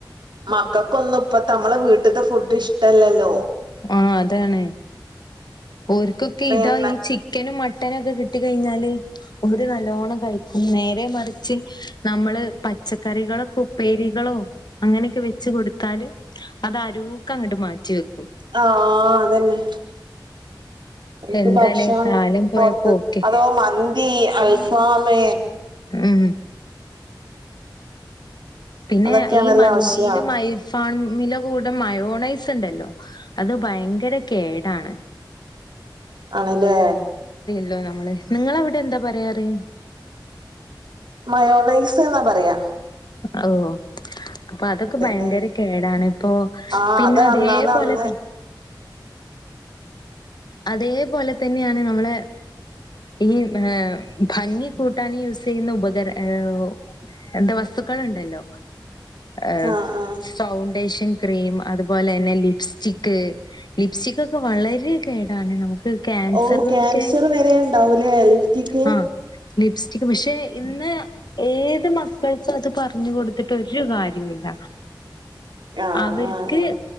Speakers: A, on the right; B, on the left.
A: മക്കൾക്കൊന്നും ഇപ്പ നമ്മളെ വീട്ടത്തെ ഫുഡ് ഇഷ്ടല്ലല്ലോ
B: ആ അതാണ്. ഓര്ക്കൊക്കെ
A: ഇപ്പ
B: ഇതാ
A: എണ്ണ
B: ഈ ചിക്കനും മ ട്ടനൊക്കെ കിട്ടി കയിഞ്ഞാല് ഓര് നല്ലോണം കഴിക്കും. നേരെ മറിച്ച് നമ്മള് പച്ചക്കറികളക്കെ ഉപ്പേരികൾ ളോ അങ്ങനെയൊക്കെ വെച്ച് കൊടുത്താല് അത് അരൂക്കങ്ങട് മാറ്റി വെക്കും.
A: ആ അതന്നെ ഓര്ക്ക്
B: എന്താലേ
A: ഭക്ഷണം
B: കാലം പോയ
A: പൊറത്ത്
B: പോക്കെ
A: അതോ മന്തി അൽഫാമ്
B: ഉം പിന്നെ
A: അതൊക്കെയാണല്ലോ
B: ഈ മന്തിലു
A: ആവശ്യം
B: മയ് ഫാമില കൂട മയോണൈസ് ഉണ്ടല്ലോ അത് ഭയങ്കര കേടാണ്
A: ആണല്ലേ
B: ല്ലോമ്മള് ഇങ്ങളവിടെ എന്താ പറയാറ്?
A: മയോണൈസ് എന്നാ പറയാ
B: ഓ അപ്പ അതൊക്കെ
A: അതെല്ലെ
B: ഭയങ്കര കേടാണ്. ഇപ്പോ
A: ആഹ്
B: പിന്നെ
A: അത്
B: അതേപോലെ
A: അന്നാന്ന് അന്ന്
B: അതേപോലെ തന്നെയാണ് നമ്മളെ ഈ ഭംഗി കൂട്ടാന യൂസ് ചെയ്യുന്ന ഉപകര ഏ ഉ എന്താ വസ്തുക്കള് ണ്ടല്ലോ ഏഹ്
A: ആഹ് ആഹ്
B: സൗ ഫൗണ്ടേഷൻ ക്രീം അതുപോലെന്നെ ലിപ്സ്റ്റിക്ക് ലിപ്സ്റ്റിക്ക് ഒക്കെ വളരെ കേടാണ് നമുക്ക് ക്യാൻസറിനൊക്കെ
A: ഓ ക്യാൻസർ വരെ ഉണ്ടാവൂലേ ലിഫ്റ്റിക്ക്
B: ആ ലിപ്സ്റ്റിക് പക്ഷേ ഇന്ന് ഏത് മക്കൾക്കും അത് പറഞ്ഞു കൊടുത്തിട്ടൊരു കാര്യൂല്ല.
A: ആഹ്
B: അവർക്ക്
A: ആഹ് ആഹ്